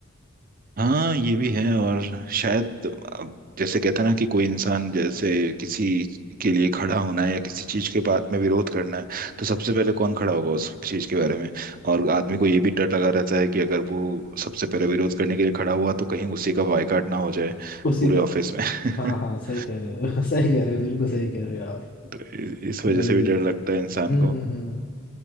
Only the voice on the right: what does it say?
हाँ ये भी है और शायद अब जैसे कहते हैं ना कि कोई इंसान जैसे किसी के लिए खड़ा होना है या किसी चीज के बात में विरोध करना है तो सबसे पहले कौन खड़ा होगा उस चीज के बारे में और आदमी को ये भी डर लगा रहता है कि अगर वो सबसे पहले विरोध करने के लिए खड़ा हुआ तो कहीं उसी का बायकॉट ना हो जाए
पूरे ऑफिस में
<laughs>
तो इ- इस वजह
से भी डर लगता है इंसान
को